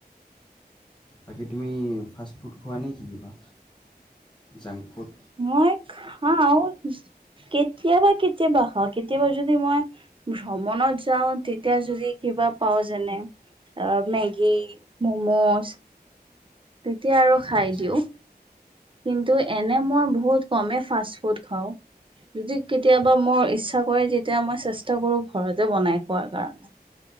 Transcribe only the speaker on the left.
বাকী তুমি ফাষ্ট ফুড খোৱা নে কি কিবা জাংক ফুড।
আচ্ছা